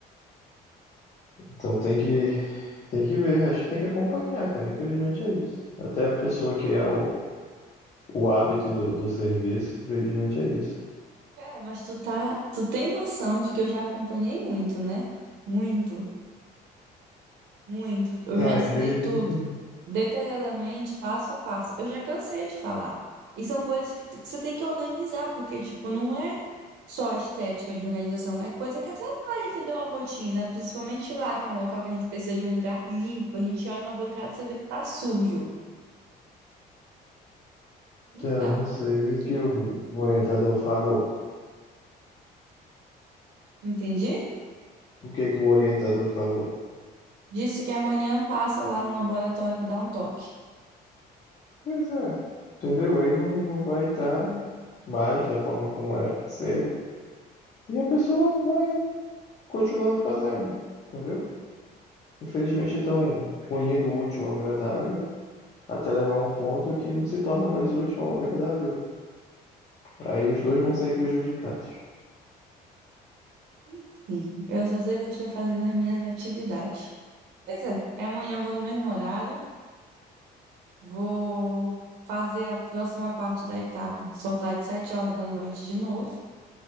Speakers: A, on the left; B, on the right.
A: Então tem que tem que ver, acho que tem que acompanhar, cara. Infelizmente é isso. Até a pessoa criar o, o hábito do, do serviço, infelizmente é isso.
B: É, mas tu tá, tu tem noção de que eu já acompanhei muito, né? Muito, muito. Eu
A: Ah,
B: já ensinei
A: infelizmente.
B: tudo, detalhadamente, passo a passo. Eu já cansei de falar. E são coisas que, t- que você tem que organizar, porque, tipo, não é só a estética de organização, é coisa que atrapalha, entendeu? A rotina, principalmente lá, que é um local que a gente precisa de um lugar limpo. A gente olha uma bancada e você vê que tá sujo. Não
A: É,
B: dá.
A: não sei.
B: Ah, não
A: E
B: sei.
A: o que o orientador falou?
B: Entendi?
A: O que que o orientador falou?
B: Disse que amanhã passa lá no laboratório pra dar um toque.
A: Pois é, entendeu? Aí não, não vai estar mais da forma como era para ser. E a pessoa vai continuando fazendo, entendeu? Infelizmente estão unindo o útil ao agradável, até levar a um ponto que não se torna mais útil ao agradável. Aí os dois vão sair prejudicados.
B: Enfim, eu só sei que eu estou fazendo as minhas atividades. Pois é, aí amanhã eu vou no mesmo horário, vou fazer a próxima parte da etapa, soltar de 7 horas da noite de novo.